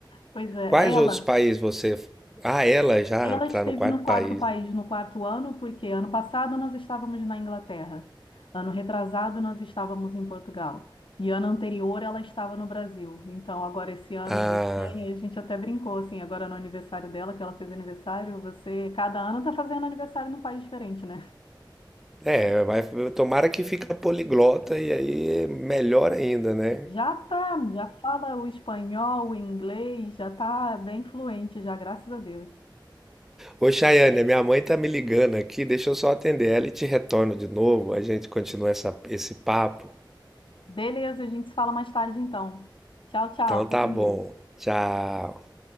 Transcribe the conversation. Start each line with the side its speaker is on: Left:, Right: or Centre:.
Left: Pois é,
Centre: Quais
Left: ela,
Centre: outros países você. Ah, ela já
Left: ela
Centre: está
Left: esteve
Centre: no quarto
Left: no quarto
Centre: país.
Left: país no quarto ano, porque ano passado nós estávamos na Inglaterra, ano retrasado nós estávamos em Portugal, e ano anterior ela estava no Brasil. Então, agora esse ano
Centre: Ah,
Left: na Espanha, a gente até brincou assim, agora no aniversário dela, que ela fez aniversário, você, cada ano está fazendo aniversário num país diferente, né?
Centre: é, vai, tomara que fica poliglota e aí é melhor ainda, né?
Left: Já tá, já fala o espanhol, o inglês, já tá bem fluente já, graças a Deus.
Centre: Ô, Chayane, a minha mãe tá me ligando aqui, deixa eu só atender ela e te retorno de novo, a gente continua essa, esse papo.
Left: Beleza, a gente se fala mais tarde então. Tchau, tchau,
Centre: Então
Left: fica
Centre: tá
Left: com
Centre: bom.
Left: Deus.
Centre: Tchau.